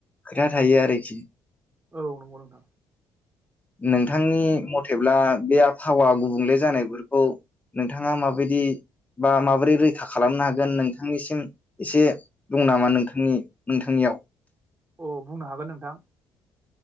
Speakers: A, on the left; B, on the right.
A: खोथा थायो आरोखि।
B: औ नंगौ नोंथां।
A: नोंथांनि मथेब्ला बे आबहावा गुबुंले जानायफोरखौ नोंथाङा माबायदि बा माबोरै रैखा खालामनो हागोन नोंथांनिसिम एसे दं नामा नोंथांनि नोंथांनियाव?
B: अ बुंनो हागोन नोंथां।